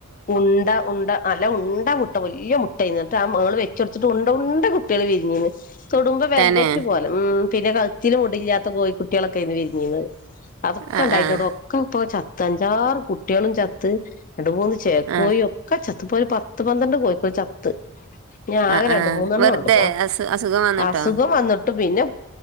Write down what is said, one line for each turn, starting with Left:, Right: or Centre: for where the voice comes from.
Left: ഉണ്ട ഉണ്ട് അല്ല ഉണ്ട മുട്ട.. മുട്ട വല്യ മുട്ട എന്നിട്ട് ആ മ്മള് വെച്ചെടുത്തിട്ട് ഉണ്ട ഉണ്ട കുട്ടികൾ വിരിഞ്ഞിന്ന് തൊടുമ്പോ വെൽവെറ്റ്
Right: തന്നെ
Left: പോലെ ഉം പിന്നെ കളുത്തിും മുടില്ലാത്ത കോഴി കുട്ടികളൊക്കെ ഇന്ന് വിരിഞ്ഞീന്ന് അതൊക്കെ
Right: ആഹ്
Left: ഇണ്ടായിതിനൂടെ
Right: ആഹ്
Left: ഒക്കെ ഇപ്പൊ ചത്ത അഞ്ചാറ് കുട്ടികളും ചത്ത് രണ്ട് മൂന്ന് ചേക്കോഴ
Right: ആഹ്
Left: ഒക്കെ ചത്ത് പോ ഒരു പത്ത് പന്ത്രണ്ട് കോഴിക്കോ ചത്ത് ഞാൻ ആകെ
Right: ആഹ്
Left: രണ്ട്
Right: ആഹ്
Left: മൂന്നെണ്ണം
Right: വെറുതെ
Left: ഒള്ളൂ പോ
Right: അസു അസുഖം വന്നിട്ടോ?
Left: അസുഖം വന്നിട്ട് പിന്നെ